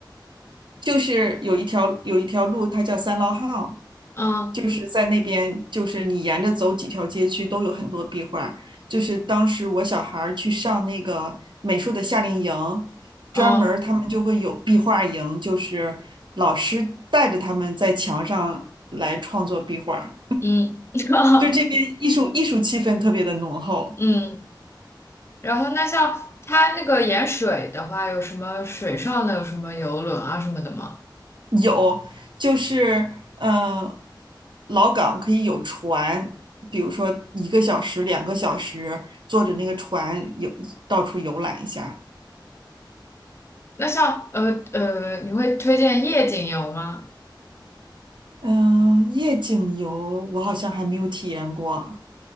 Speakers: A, on the right (about 70°); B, on the left (about 30°).
A: 就是有一条有一条路，它叫三老巷，
B: 嗯
A: 就是在那边，就是你沿着走几条街区都有很多壁画。就是当时我小孩儿去上那个美术的夏令营，专门儿他们就会有壁画营，
B: 嗯
A: 就是老师带着他们在墙上来创作壁画，
B: 嗯 <laughs>
A: 就这边艺术艺术气氛特别的浓厚。
B: 嗯，然后那像它那个盐水的话，有什么水上的，有什么游轮啊什么的吗？
A: 有，就是呃，老港可以有船，比如说一个小时、两个小时，坐着那个船游到处游览一下。
B: 那像呃呃，你会推荐夜景游吗？
A: 嗯、夜景游我好像还没有体验过，